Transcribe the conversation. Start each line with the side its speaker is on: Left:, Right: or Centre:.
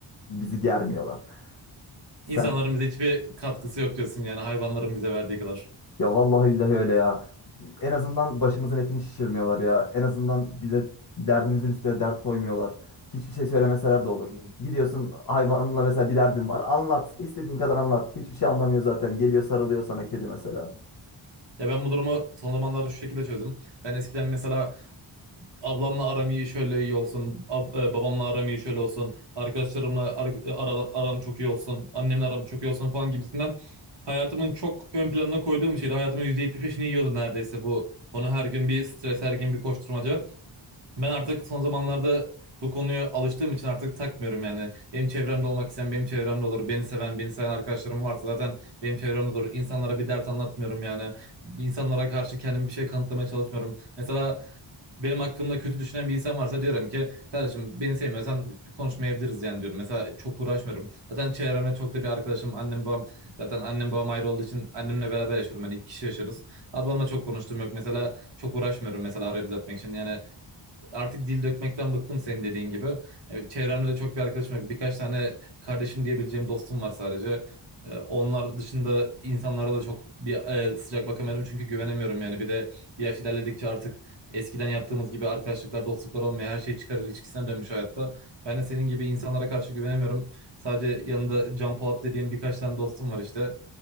Left: Bizi germiyorlar. Sen
Right: İnsanların bize hiçbir katkısı yok diyorsun yani hayvanların bize verdiği kadar.
Left: Ya vallahi billahi öyle ya. En azından başımızın etini şişirmiyorlar ya. En azından bize derdimizin üstüne dert koymuyorlar. Hiçbir şey söylemeseler de olur.
Right: Hmm.
Left: Gidiyorsun hayvanla mesela bir derdin var. Anlat. istediğin kadar anlat. Hiçbir şey anlamıyor zaten. Geliyor sarılıyor sana kedi mesela.
Right: Ya ben bu durumu son zamanlarda şu şekilde çözdüm. Ben eskiden mesela ablamla aram iyi şöyle iyi olsun, ab- e, babamla aram iyi şöyle olsun, arkadaşlarımla ar- e, ara- aram çok iyi olsun, annemle aram çok iyi olsun falan gibisinden hayatımın çok ön planına koyduğum bir şeydi. Hayatımın yüzde yetmiş beşini yiyordu neredeyse bu konu her gün bir stres, her gün bir koşturmaca. Ben artık son zamanlarda bu konuya alıştığım için artık takmıyorum yani. Benim çevremde olmak isteyen benim çevremde olur. Beni seven, beni sayan arkadaşlarım varsa zaten benim çevremde olur. İnsanlara bir dert anlatmıyorum yani. İnsanlara karşı kendimi bir şey kanıtlamaya çalışmıyorum. Mesela benim hakkımda kötü düşünen bir insan varsa diyorum ki kardeşim beni sevmiyorsan konuşmayabiliriz yani diyorum. Mesela çok uğraşmıyorum. Zaten çevremde çok da bir arkadaşım annem babam zaten annem babam ayrı olduğu için annemle beraber yaşıyorum. Yani iki kişi yaşarız. Ablamla çok konuştuğum yok. Mesela çok uğraşmıyorum mesela arayı düzeltmek için. Yani artık dil dökmekten bıktım senin dediğin gibi. Yani çevremde de çok bir arkadaşım yok. Birkaç tane kardeşim diyebileceğim dostum var sadece. Ee, Onlar dışında insanlara da çok bir e, sıcak bakamıyorum çünkü güvenemiyorum yani. Bir de yaş ilerledikçe artık eskiden yaptığımız gibi arkadaşlıklar, dostluklar olmuyor. Her şey çıkar ilişkisine dönmüş hayatta. Ben de senin gibi insanlara karşı güvenemiyorum. Sadece yanında Can Polat dediğim birkaç tane dostum var işte.